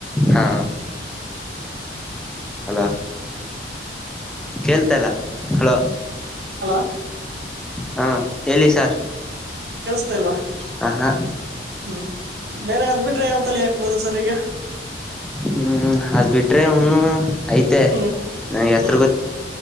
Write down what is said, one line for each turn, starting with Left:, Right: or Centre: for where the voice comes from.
Centre: ಹಾ ಹಲೋ ಕೇಳ್ತ ಇಲ್ಲ ಹಲೋ
Right: ಹಲೋ
Centre: ಹಾ ಎಲ್ಲಿ ಸಾರ್
Right: ಕೆಲ್ಸತಲ್ವಾ
Centre: ಹ ಹಾ
Right: ಹ್ಮ್ ಬೇರೆ ಆದ್ ಬಿಟ್ರೆ ಯಾವ್ ತಲೆ ಹಾಕ್ಬೋದು ಸರ್ ಈಗ
Centre: ಹ್ಮ್ ಅದ್ ಬಿಟ್ರೆ ಅವನು ಐತೆ
Right: ಹ್ಮ್
Centre: ನಂಗೆ ಹೆಸರು
Right: ಹ್ಮ್